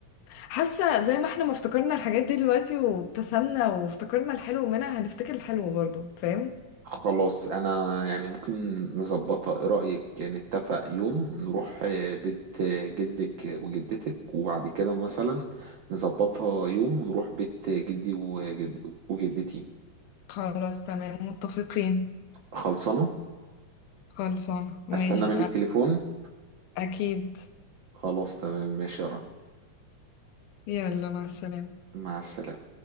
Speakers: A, on the left; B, on the right.
A: حاسة زي ما احنا ما افتكرنا الحاجات دي دلوقتي وابتسمنا وافتكرنا الحلو منها هنفتكر الحلو برضه فاهم
B: خلاص انا يعني ممكن نظبطها ايه رأيك نتفق يوم نروح آه، بيت آه، جدك وجدتك وبعد كده مثلا نظبطها يوم ونروح بيت جدي وجد- وجدتي
A: خلاص تمام متفقين
B: خلصانة
A: خلصانة ماشي
B: استنى منك تليفون
A: أكيد
B: خلاص تمام ماشي يا رنا
A: يلا مع السلامة
B: مع السلامة